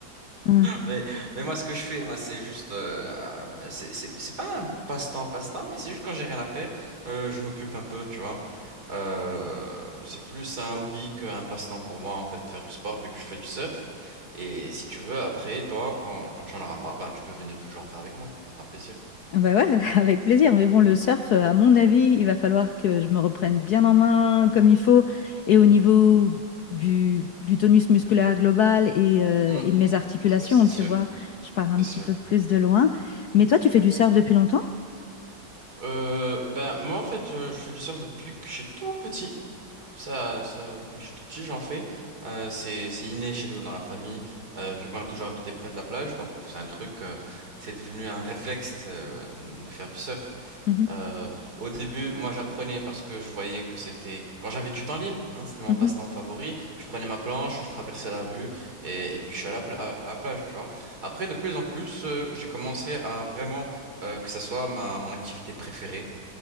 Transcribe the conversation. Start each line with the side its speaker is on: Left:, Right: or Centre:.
Left: Hein.
Right: Mais, mais moi, ce que je fais, moi, c'est juste, euh, ah, bah, c'est c'est- c'est pas un passe-temps, passe-temps, mais c'est juste quand j'ai rien à faire, euh, je m'occupe un peu, tu vois. Euh, c'est plus un hobby qu'un passe-temps pour moi, en fait, faire du sport, vu que je fais du surf. Et si tu veux, après, toi, quand, quand tu en auras marre, ben, tu peux venir toujours en faire avec moi. Ça sera un plaisir.
Left: Ah bah ouais, <laughs> avec plaisir. Mais bon, le surf, euh, à mon avis, il va falloir que je me reprenne bien en main comme il faut. Et au niveau du, du tonus musculaire global et, euh,
Right: Mm.
Left: et de mes articulations,
Right: Ça, C'est sûr,
Left: tu vois, je pars un
Right: c'est
Left: petit
Right: sûr.
Left: peu plus de loin. Mais toi, tu fais du surf depuis longtemps?
Right: Euh, ben, moi, en fait, je, je fais du surf depuis que je suis tout petit. Ça, ça, depuis que je suis tout petit, j'en fais. Euh, c'est, c'est inné chez nous dans la famille, euh, vu qu'on a toujours habité près de la plage. Donc c'est un truc, euh, c'est devenu un réflexe euh, de faire du surf.
Left: Mhm,
Right: Euh, au début, moi j'apprenais parce que je voyais que c'était quand j'avais du temps libre, hein, c'était mon
Left: mhm.
Right: passe-temps favori. Je prenais ma planche, je traversais la rue et, et puis je suis à la, pla- à la plage, tu vois. Après, de plus en plus, euh, j'ai commencé à vraiment euh, que ça soit ma mon activité préférée.